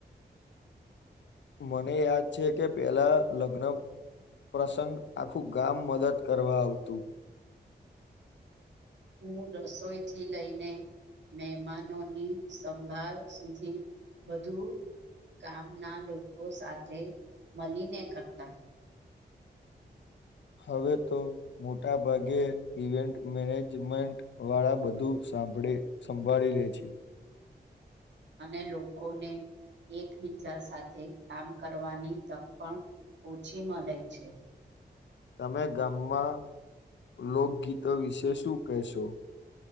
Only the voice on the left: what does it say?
મને યાદ છે કે પેલા લગ્ન પ્રસંગ આખું ગામ મદદ કરવા આવતું
હવે તો મોટા ભાગે ઇવેન્ટ મેનેજમેન્ટ વાળા બધું સ હાંભળે સંભાળી લે છે
તમે ગામમાં લોકગીતો વિશે શું કહેશો?